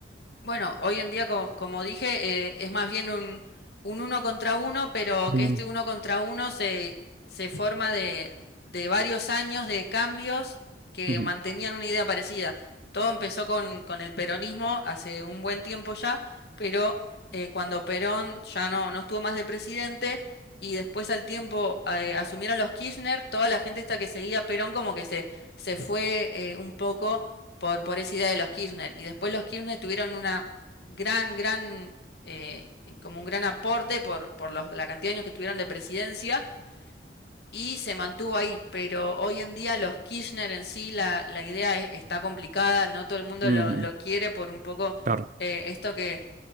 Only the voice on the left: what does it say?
Bueno, hoy en día, co- como, dije, eh, es más bien un, un uno contra uno, pero
que este uno contra uno se, se forma de, de varios años de cambios que
mantenían una idea parecida. Todo empezó con, con el peronismo hace un buen tiempo ya, pero eh, cuando Perón ya no, no estuvo más de presidente y después al tiempo eh, asumieron los Kirchner, toda la gente esta que seguía a Perón como que se, se fue eh, un poco por, por esa idea de los Kirchner. Y después los Kirchner tuvieron una gran, gran, eh, como un gran aporte por, por los- la cantidad de años que tuvieron de presidencia y se mantuvo ahí. Pero hoy en día los Kirchner en sí, la, la idea e- está complicada, no todo el mundo
lo, lo quiere por un poco
eh, esto que,